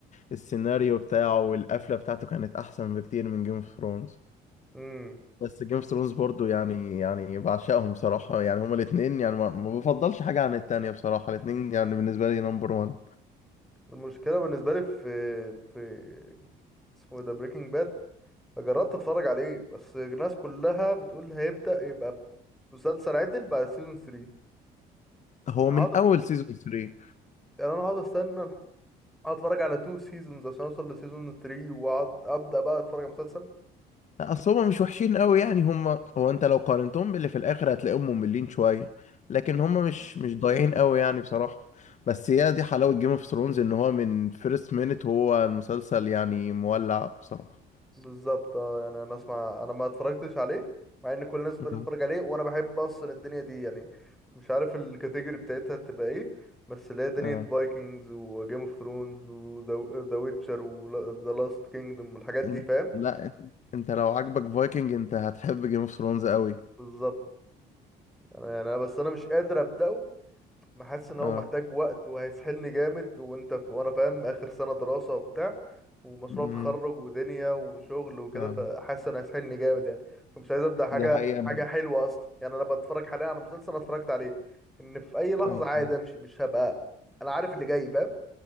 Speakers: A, on the left (about 45°); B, in the centre.
A: السيناريو بتاعه والقفله بتاعته كانت احسن بكتير من جيم اوف ثرونز
B: امم
A: بس جيم اوف ثرونز برضو يعني يعني بعشقهم بصراحه يعني هما الاثنين يعني ما ما بفضلش حاجه عن التانية بصراحه الاثنين يعني بالنسبه لي نمبر 1
B: المشكله بالنسبه لي في في اسمه إيه ده بريكنج باد جربت اتفرج عليه بس الناس كلها بتقول هيبدا يبقى مسلسل عدل بعد سيزون 3
A: هو
B: انا
A: من
B: هقعد أس-
A: اول سيزون 3
B: يعني انا هقعد استنى لح- هقعد اتفرج على 2 سيزونز عشان اوصل لسيزون 3 واقعد ابدا بقى اتفرج على مسلسل
A: اصل هما مش وحشين قوي يعني هما هو انت لو قارنتهم باللي في الاخر هتلاقيهم مملين شويه لكن هما مش مش ضايعين قوي يعني بصراحه بس هي دي حلاوه جيم اوف ثرونز ان هو من فيرست مينت هو المسلسل يعني مولع بصراحه
B: بالظبط اه يعني انا اسمع انا ما اتفرجتش عليه مع ان كل الناس بتقول
A: نعم.
B: اتفرج عليه وانا بحب اصلا الدنيا دي يعني مش عارف الكاتيجوري بتاعتها تبقى ايه بس اللي هي دنيا
A: اه
B: فايكنجز وجيم اوف ثرونز وذا ويتشر وذا لاست كينجدوم والحاجات دي
A: إن-
B: فاهم
A: لا إن- انت لو عاجبك فايكنج انت هتحب جيم اوف ثرونز قوي
B: بالظبط انا يعني انا بس انا مش قادر ابداه حاسس ان هو
A: اه
B: محتاج وقت وهيسحلني جامد وانت ف... وانا فاهم اخر سنة دراسة وبتاع ومشروع
A: امم
B: تخرج ودنيا وشغل وكده
A: اه
B: فحاسس انه هيسحلني جامد يعني فمش عايز ابدا حاجة
A: دي حقيقه
B: حاجة
A: انا
B: حلوة اصلا يعني انا بتفرج حاليا على مسلسل انا اتفرجت عليه ان في اي لحظة
A: اه
B: عادي امشي مش هبقى انا عارف اللي جاي فاهم